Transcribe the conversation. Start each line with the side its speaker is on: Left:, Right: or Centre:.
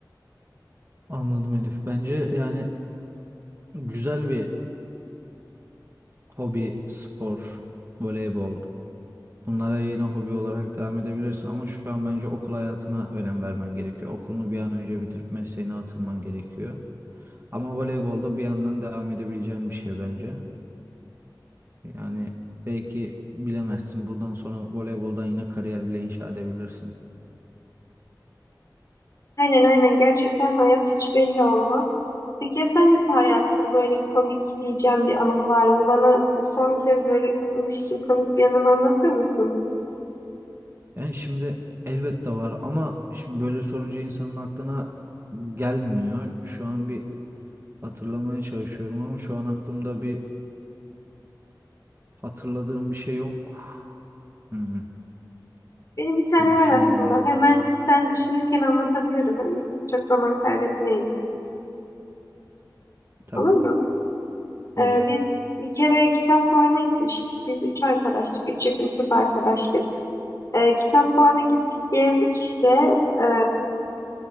Right: Anladım Elif. Bence yani güzel bir hobi spor, voleybol. Bunlara yine hobi olarak devam edebilirsin ama şu an bence okul hayatına önem vermen gerekiyor. Okulunu bir an önce bitirip mesleğine atılman gerekiyor. Ama voleybolda bir yandan devam edebileceğin bir şey bence. Yani belki bilemezsin. Buradan sonra voleyboldan yine kariyer bile inşa edebilirsin.
Left: Aynen aynen gerçekten hayat hiç belli olmaz. Peki ya sen nasıl hayatında böyle komik diyeceğim bir anın var mı? Bana son kez böyle kapanış için komik bir anını anlatır mısın?
Right: Yani şimdi elbette var ama şimdi böyle sorunca insanın aklına gelmiyor. Şu an bir hatırlamaya çalışıyorum ama şu an aklımda bir hatırladığım bir şey yok. Hmm,
Left: Benim bir tane
Right: bir düşüneyim
Left: var aslında.
Right: birazcık.
Left: Hemen sen düşünürken anlatabilirim. Hani biz Çok zaman kaybetmeyiz.
Right: Tabii
Left: Olur mu?
Right: olur.
Left: Ee, biz bir kere kitap fuarına gitmiştik. Biz üç arkadaştık. Üç yakın kız arkadaştık. Ee, kitap fuarına gittik, gezdik işte. Ee,